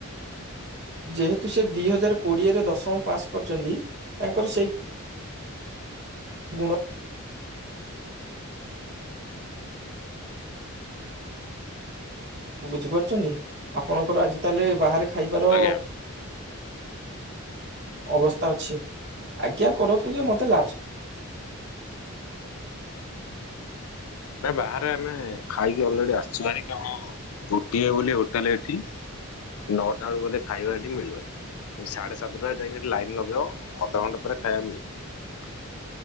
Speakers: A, on the right; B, on the left.
A: ଯେହେତୁ ସେ ଦୁଇ ହଜାର କୋଡିଏରେ ଦଶମ ପାସ୍ କରିଛନ୍ତି ତାଙ୍କର ସେଇ ଗୁଣ ବୁଝିପାରୁଛନ୍ତି ଆପଣଙ୍କର ଆଜି ତାହେଲେ ବାହାରେ ଖାଇବାର।
B: ଆଜ୍ଞା।
A: ଅବସ୍ଥା ଅଛି ଆଜ୍ଞା କରନ୍ତୁ ଯେ ମତେ ଲା
B: ନା ବାହାରେ ଆମେ ଖାଇକି ଅଲରେଡି ଆସିଛୁ ଭ କଣ? ଗୋଟିଏ ବୋଲି। ଏଠି ନଅଟା ବେଳକୁ ଗଲେ ଖାଇବା ଏଠି ମିଳିବନି ସାଢେ ସାତଟା ଯାଇକିଠି ଲାଇ ଲଗେଇବ ଅଧଘଣ୍ଟା ପରେ ଖାଇବା ମିଳିବ।